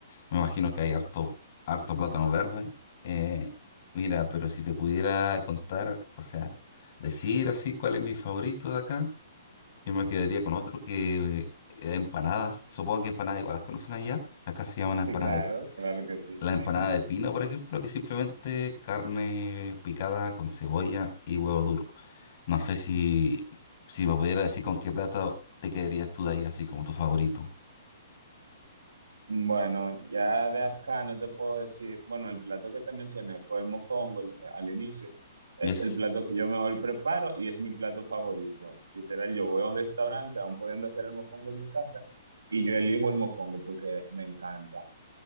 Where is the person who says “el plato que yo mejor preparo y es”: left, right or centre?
Right